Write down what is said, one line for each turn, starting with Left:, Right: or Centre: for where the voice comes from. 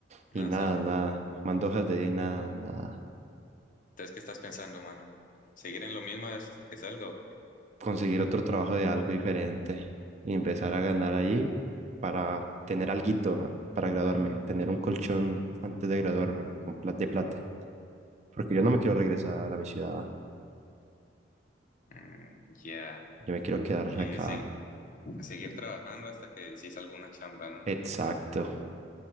Left: nada
Right: y nada,
Left: sale.
Right: nada, mando hojas de vida y nada, nada.
Left: Entonces, ¿qué estás pensando, mano? ¿Seguir en lo mismo hasta que salga o qué?
Right: Conseguir otro trabajo de algo diferente y empezar a ganar ahí para tener alguito para graduarme, tener un colchón antes de graduarme con pla- de plata. Porque yo no me quiero regresar a mi ciudad,
Left: Mm, ya.
Right: yo me quiero quedar
Left: Y
Right: acá
Left: se- seguir trabajando hasta que sí salga una chamba, ¿no?
Right: Exacto,